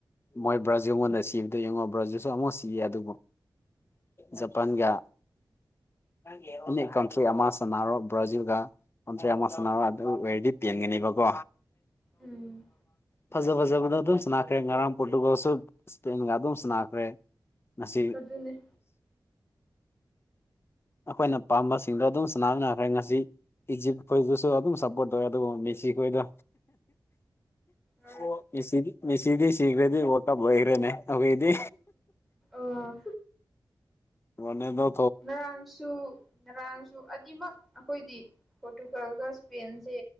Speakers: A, on the left (about 30°); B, in the centre.
A: ꯃꯣꯏ ꯕ꯭ꯔꯥꯖꯤꯜꯉꯣꯟꯗ ꯁꯤꯕꯗꯣ ꯌꯦꯡꯉꯣ ꯕ꯭ꯔꯥꯖꯤꯜꯁꯨ ꯑꯃꯨꯛ ꯁꯤꯌꯦ ꯑꯗꯨꯕꯨ ꯖꯄꯥꯟꯒꯥ ꯑꯦꯅꯤ ꯀꯟꯇ꯭ꯔꯤ ꯑꯃ ꯁꯅꯥꯔꯣ ꯕ꯭ꯔꯥꯖꯤꯜꯒ ꯀꯟꯇꯔꯤ ꯑꯃ ꯁꯥꯟꯅꯕ ꯑꯗꯨ ꯑꯣꯏꯔꯗꯤ ꯄꯦꯟꯒꯅꯤꯕꯀꯣ
B: ꯎꯝ
A: ꯐꯖꯥ ꯐꯖꯥ ꯕ ꯗ ꯑꯗꯨꯝꯁꯨ ꯁꯥꯅꯈ꯭ꯔꯦ ꯉꯔꯥꯡ ꯄꯨꯇꯔꯨꯒꯜꯁꯨ ꯁꯄꯦꯟꯒ ꯑꯗꯨꯝ ꯁꯅꯥꯈ꯭ꯔꯦ ꯑꯥꯁꯤ
B: ꯑꯗꯨꯅꯦ
A: ꯑꯩꯈꯣꯏꯅ ꯄꯥꯝꯕꯁꯤꯡꯗꯣ ꯑꯗꯨꯝ ꯁꯥꯟꯅꯃꯤꯟꯅꯈ꯭ꯔꯦ ꯉꯁꯤ ꯏꯖꯤꯞꯇ ꯈꯣꯏꯗꯨꯁꯣ ꯑꯗꯨꯨ ꯁꯄꯣꯠ ꯇꯧꯏ ꯃꯦꯁꯤꯈꯣꯏꯗ
B: ꯍꯣꯏ
A: ꯑꯣ ꯃꯤꯁꯤꯗꯤ ꯃꯤꯁꯤꯗꯤ ꯁꯤꯒ꯭ꯔꯦꯗꯤ ꯋ꯭ꯔꯂ ꯀꯞ ꯂꯣꯏꯈ꯭ꯔꯦꯅꯦ ꯑꯩꯈꯣꯏꯗꯤ
B: ꯑꯣ
A: ꯃꯅꯦꯗ
B: ꯉꯔꯥꯡꯁꯨ ꯉꯔꯥꯡꯁꯨ ꯁꯨ ꯑꯅꯤꯃꯛ ꯑꯩꯈꯣꯏꯗꯤ ꯄꯣꯔꯇꯨꯒꯜꯒ ꯏꯁꯄꯦꯟꯁꯦ